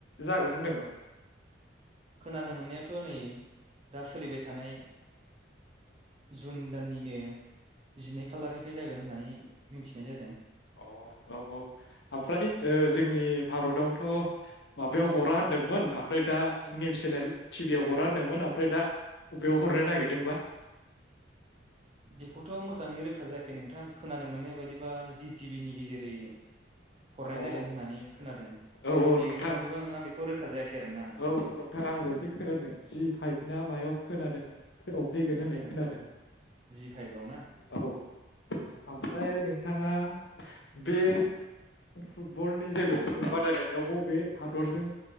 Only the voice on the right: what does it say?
खोनानो मोननायाथ' नै दा सोलिबाय थानाय जुन दाननिनो जिनै खालारनिफ्राय जागोन होननानै मिनथिनाय जादों
बेखौथ' मोजाङै रोखा जायाखै नोंथां खोनानो मोननाय बायदिबा जि टिभि नि गेजेरै हरनाय
जागोन होननानै खोनादों
बेयो
नंगौना नङा बेखौ रोखा जायाखै आरोना नोंथां
आदसा
जि फाइभआव ना
औ